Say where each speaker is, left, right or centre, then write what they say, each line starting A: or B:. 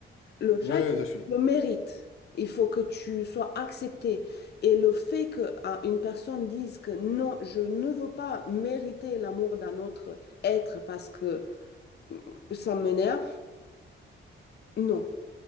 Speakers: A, on the left; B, on the left.
A: Le chat,
B: ouais,
A: il faut que
B: ça je suis d'accord.
A: tu le mérites. Il faut que tu sois accepté. Et le fait qu'une personne dise que non, je ne veux pas mériter l'amour d'un autre être parce que mm, ça m'énerve, non.